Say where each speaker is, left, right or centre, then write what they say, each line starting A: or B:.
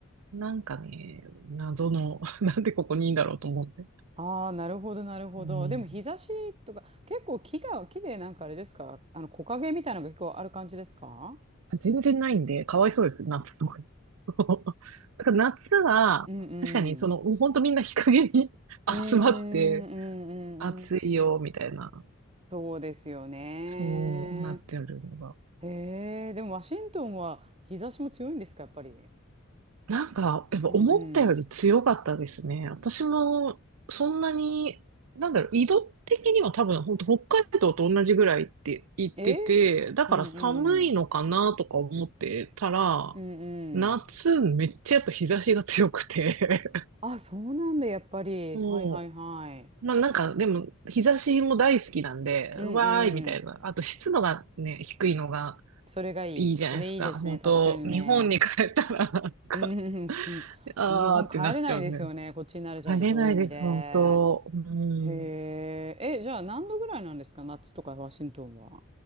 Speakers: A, on the right (about 80°); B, on the right (about 30°).
A: なんかね、謎の、<laughs> なんでここにいいんだろうと思って。
B: ああ、なるほど、なるほど。
A: うん、
B: でも日差しとか、結構木が、木でなんかあれですか、あの木陰みたいなのが結構ある感じですか
A: 全然ないんで、かわいそうです、夏とか。<laughs> だから夏は、
B: うんうん。
A: 確かに、その、本当みんな日陰に <laughs>
B: うーん、
A: 集まって、
B: うんうんうん。
A: 暑いよ、みたいな、
B: そうですよね。
A: そうなってるのが。
B: へえ、でもワシントンは日差しも強いんですか、やっぱり。
A: なんか、やっぱ思ったより強かったですね。
B: うんうん。
A: 私も、そんなに、なんだろう、緯度的には多分、本当北海道と同じぐらいって言ってて、
B: え
A: だから寒いのかなとか思ってたら、
B: うんうん。うん
A: 夏めっちゃやっぱ日差しが強くて
B: うん。あ、そうなんだ、やっぱり。
A: そ
B: はいはいはい。
A: う。まあなんか、でも、日差しも大好きなんで、
B: うん
A: うわーいみたいな。
B: うん。
A: あと湿度がね、低いのが
B: それがいい。
A: いいじゃないですか。
B: それいいですね。
A: 本当日本に帰ったら、
B: 確かにね。
A: なんか、
B: うんうん、<laughs> すん、
A: あーってなっちゃうね。
B: 日本帰れないですよね。こっちに慣れちゃうと、
A: 帰れないです、
B: そういう意味で。
A: 本当。うん。
B: へえ。え、じゃあ何度ぐらいなんですか夏とかワシントンは。